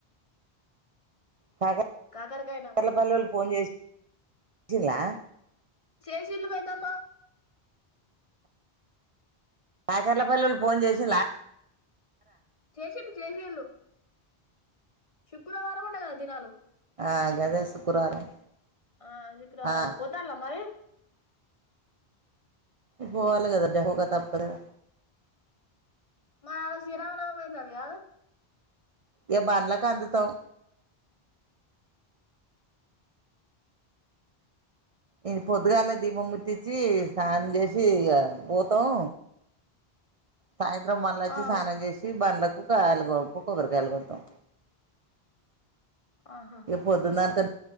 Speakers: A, on the right; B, on the left.
A: కాగే
B: కాకరకాయ టమాటా
A: కార్లపల్లెలు ఫోన్ చేసిలా.
B: చేసిలు పెద్దమ్మ
A: కాకర్లపల్లివళ్లు ఫోన్ చేసి లా.
B: చేసర్లు చేసేరైలు శుక్రవారం అంట కదా దినాలు.
A: ఆ గదే శుక్రవారం
B: ఆ శుక్రవారంఆట
A: ఆ
B: పోతల మరి
A: పోలాగాదడహగా తాప్పదుగా
B: ఆ ఆరోజు శ్రీరామానవమి అయితుాది కదు
A: ఏ బండ్లకు అందుతాం ఇ పొద్దుగాలా దీపం ముట్టించిి స్నానం చేసి ఇగా పోతాం సాయంత్రం మళ్ళాచ్చి
B: ఆ
A: స్నానం చేసి బండ్లకు ఇంకా అయలు పక్క పరుకాయలు కొడత్తం
B: ఆహా
A: ఏ పొద్దుందక